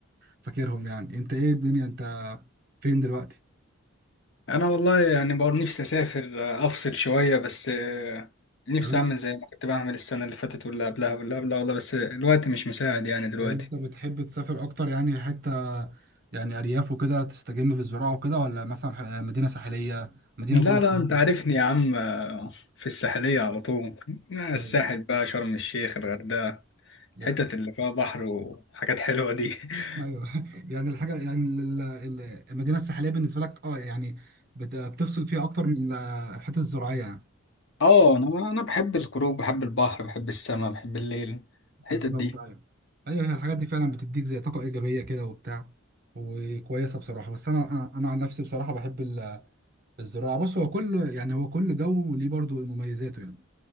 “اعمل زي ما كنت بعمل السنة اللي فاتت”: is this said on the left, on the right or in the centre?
Left